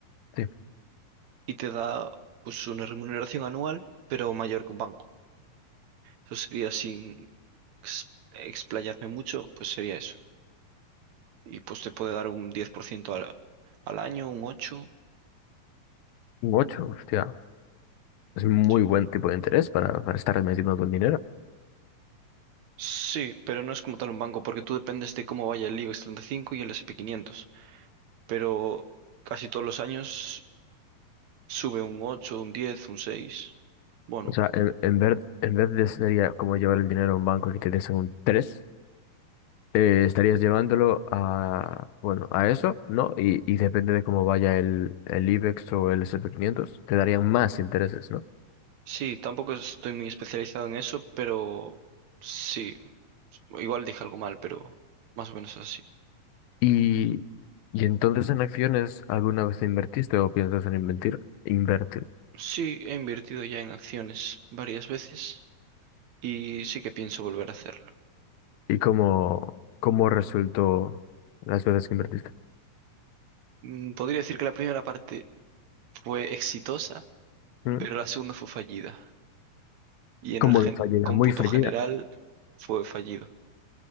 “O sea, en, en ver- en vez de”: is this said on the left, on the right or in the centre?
Left